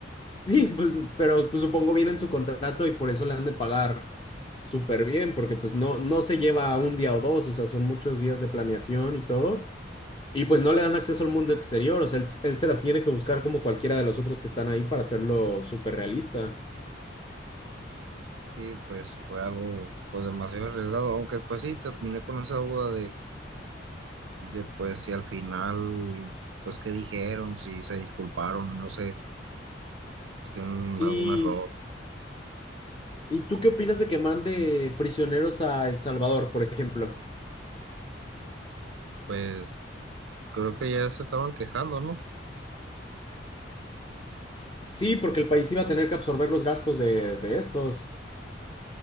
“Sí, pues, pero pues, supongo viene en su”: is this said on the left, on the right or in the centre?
Left